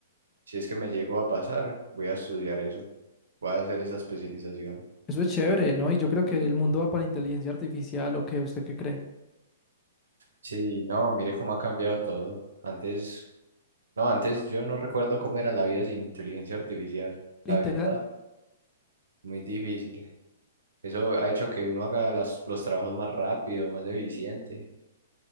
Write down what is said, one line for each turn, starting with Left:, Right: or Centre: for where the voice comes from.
Right: Si es que me llego a pasar, voy a estudiar eso, voy a hacer esa especialización.
Left: Eso es chévere, ¿no? Y yo creo que el mundo va para inteligencia artificial, o qué usted qué cree.
Right: Sí, no, mire cómo ha cambiado todo. Antes No, antes yo no recuerdo cómo era la vida sin inteligencia artificial,
Left: Literal.
Right: la verdad, muy difícil. Eso ha hecho que uno haga las- los trabajos más rápido, más eficiente